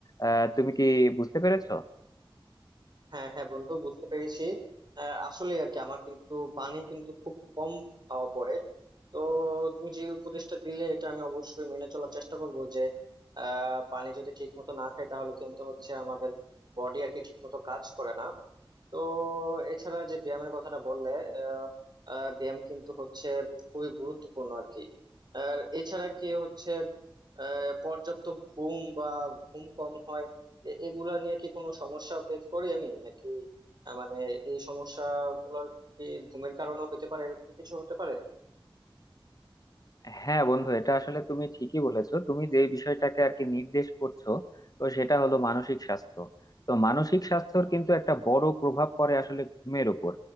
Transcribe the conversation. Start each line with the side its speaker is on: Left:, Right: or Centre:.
Left: আহ তুমি কি বুঝতে পেরেছো
Right: হ্যাঁ হ্যাঁ বন্ধু বুঝতে পেরেছি আসলে আর কি আমার কিন্তু পানি কিন্তু খুব কম খাওয়া পড়ে তো তুমি যে উপদেশটা দিলে এটা আমি অবশ্যই মেনে চলার চেষ্টা করব যে আহ, পানি যদি ঠিক মতো না খাই তাহলে কিন্তু হচ্ছে আমাদের বডি আর কি ঠিক মতো কাজ করে না তো এছাড়া যে ব্যায়ামের কথাটা বললে আহ, আহ, ব্যায়াম কিন্তু হচ্ছে খুবই গুরুত্বপূর্ণ আর কি আর এছাড়া কি হচ্ছে আহ, পর্যাপ্ত ঘুম বা ঘুম কম হয় এ- এগুলা নিয়ে কি কোনো সমস্যা ফেস করি আমি নাকি আহ, মানে এই সমস্যাগুলোর কি ঘুমের কারণেও হতে পারে এরকম কিছু হতে পারে
Left: হ্যাঁ বন্ধু এটা আসলে তুমি ঠিকই বলেছো তুমি যে বিষয়টাকে আর কি নির্দেশ করছো তো সেটা হলো মানসিক স্বাস্থ্য তো মানসিক স্বাস্থ্যর কিন্তু একটা বড় প্রভাব পড়ে আসলে ঘুমের উপর